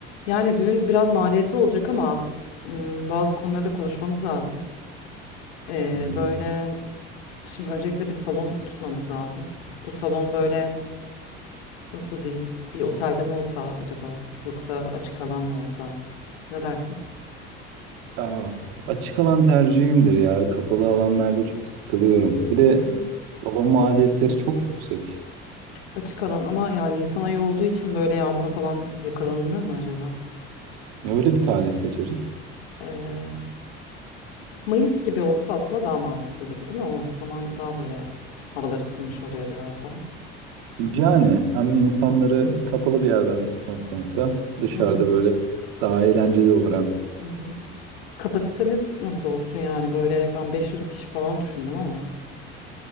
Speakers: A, on the left; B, on the right.
A: Yani düğün biraz maliyetli olacak ama ım, bazı konularda konuşmamız lazım. Ee,
B: Hmm.
A: böyle şimdi öncelikle bir salon tutmamız lazım. Bu salon böyle nasıl diyeyim bir otelde mi olsa acaba yoksa açık alan mı olsa ne dersin?
B: Ah, açık alan tercihimdir ya. Kapalı alanlarda çok sıkılıyorum. Bir de
A: Hı hı.
B: salon maliyetleri çok yüksek.
A: Açık alan ama yani Nisan ayı olduğu için böyle yağmura falan yakalanılır mı acaba?
B: Ya Öyle bir tarih seçeriz.
A: Ee, Mayıs gibi olsa aslında daha mantıklı gibi değil mi? O zaman daha böyle havalar ısınmış oluyor biraz daha.
B: Yani hem insanları kapalı bir yerden tutmaktansa dışarıda
A: Hı hı.
B: böyle daha eğlenceli olur hem.
A: hı hı. Kapasitemiz nasıl olsun yani böyle ben 500 kişi falan düşündüm ama.